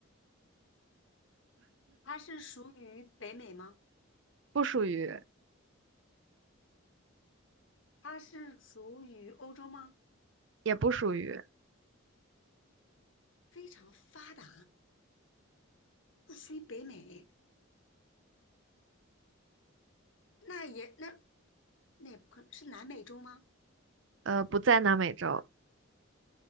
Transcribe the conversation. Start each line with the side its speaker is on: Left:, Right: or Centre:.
Left: 它是属于北美吗？
Right: 不属于
Left: 它是属于欧洲吗？
Right: 也不属于，
Left: 非常发达，不属于北美，那也那那也不可能是南美洲吗？
Right: 呃，不在南美洲，